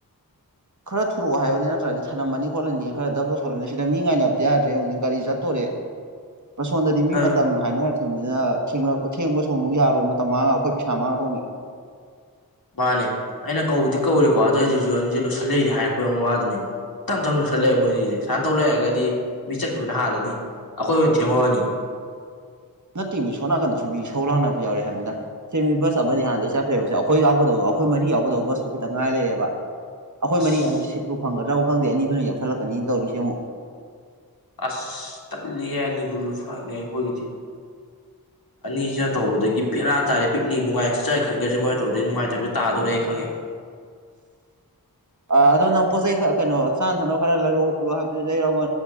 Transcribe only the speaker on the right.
ꯈꯔ ꯊꯔꯣ ꯋꯥ ꯍꯥꯏꯌꯣꯅꯤ ꯅꯠꯇ꯭ꯔꯗꯤ ꯊꯅꯝ ꯃꯅꯤ ꯀꯣꯂꯣꯅꯤꯒ ꯈꯔ ꯗꯞ ꯇꯧꯊꯣꯔꯛꯅꯦ ꯁꯤꯗ ꯃꯤ ꯉꯥꯏꯅꯕꯗꯤ ꯌꯥꯗ꯭ꯔꯦ ꯍꯧꯪ ꯒꯥꯔꯤ ꯆꯠꯇꯣꯔꯦ ꯄ꯭ꯔꯁꯣꯟꯗꯗꯤ ꯃꯤ
ꯃꯇꯝ ꯍꯥꯏꯅꯔꯛꯈꯤꯕꯅꯤꯅ ꯊꯦꯡ ꯊꯦꯡꯕꯁꯨ ꯑꯃꯨꯛ ꯌꯥꯔꯣꯏ ꯃꯇꯝ ꯃꯥꯡꯉꯒ ꯑꯩꯈꯣꯏ ꯄꯩꯁꯥ ꯃꯥꯡꯉꯗꯧꯅꯤ
<unintelligible> ꯅꯠꯇꯦ ꯃꯤ ꯁꯣ ꯅꯥꯀꯟꯗꯁꯨ ꯃꯤ ꯁꯧ ꯂꯥꯡꯅꯕ ꯌꯥꯎꯔꯦ ꯍꯥꯏꯕꯟꯗ ꯁꯤ ꯃꯤ ꯕꯁ ꯑꯃꯗꯤ ꯍꯥꯟꯅꯗꯒꯤ ꯆꯠꯈ꯭ꯔꯦꯕꯁꯦ ꯑꯩꯈꯣꯏ ꯌꯥꯎꯒꯗꯕ ꯑꯩꯈꯣꯏ ꯃꯔꯤ ꯌꯥꯎꯗꯕ ꯕꯁꯇꯣ ꯈꯤꯇ ꯉꯥꯏ ꯂꯩꯌꯦꯕ ꯑꯩꯈꯣꯏ
ꯃꯔꯤ ꯍꯥꯏꯁꯦ ꯁꯤꯠꯄꯨ ꯐꯪꯒꯗ꯭ꯔꯕ ꯈꯪꯗꯦ ꯑꯅꯤꯗꯨꯅ ꯌꯥꯎꯁꯜꯂꯛꯀꯅꯤꯅ ꯇꯧꯔꯤꯁꯦ ꯑꯃꯨꯛ
<unintelligible>
<unintelligible> ꯑ ꯑꯗꯣ ꯅꯪ ꯄꯣꯠ ꯆꯩꯔ ꯀꯩꯅꯣ ꯆꯥꯅ ꯊꯛꯅꯕ ꯈꯔ ꯂꯩꯔꯣꯑꯣ ꯈꯣꯠꯂꯣ ꯍꯥꯏꯕꯗꯨꯗꯤ ꯂꯩꯔꯣꯒ